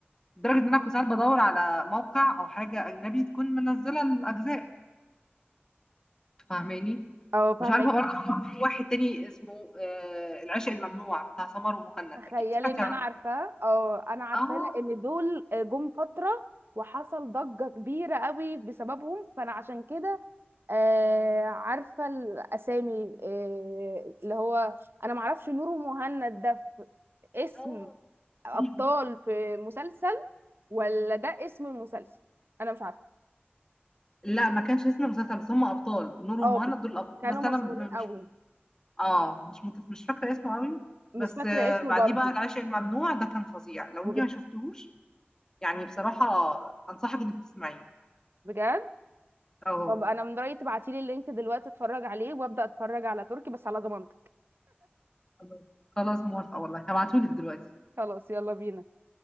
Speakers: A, on the left; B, on the right.
A: لدرجه ان انا كنت ساعات بدور على موقع او حاجه اجنبي تكون منزله الاجزاء فاهماني
B: اه فاهمك
A: مش عارفه برضه في في واحد تاني اسمه آه العشق الممنوع بتاع سمر ومهند
B: تخيلي
A: اكيد سمعتي
B: ان
A: عنه
B: انا عارفاه اه انا عارفاه
A: اه
B: لان دول جم فتره وحصل ضجه كبيره قوي بسببهم فانا عشان كده آه عارفه الاسامي آه اللي هو انا معرفش نور ومهند ده في اسم
A: اه
B: ابطال
A: ليهم بقى
B: في مسلسل ولا ده اسم المسلسل انا مش عارفه
A: لا ما كانش اسم المسلسل بس هم ابطال نور ومهند
B: اه
A: دول الابطال
B: كانوا
A: بس انا
B: مشهورين
A: م-
B: قوي
A: مش اه مش متف... مش فاكره اسمه قوي بس
B: مش فاكره
A: آه،
B: اسمه
A: بعديه
B: برضه
A: بقى العشق الممنوع ده كان فظيع لو
B: بجد
A: انت ما شفتهوش يعني بصراحه انصحك انك تسمعيه
B: بجد
A: اه
B: طب انا من رايي تبعتي لي اللينك دلوقتي اتفرج عليه وابدا اتفرج على تركي بس على ضمانتك
A: خلاص خلاص موافقه والله هبعتهولك دلوقتي
B: خلاص يلا بينا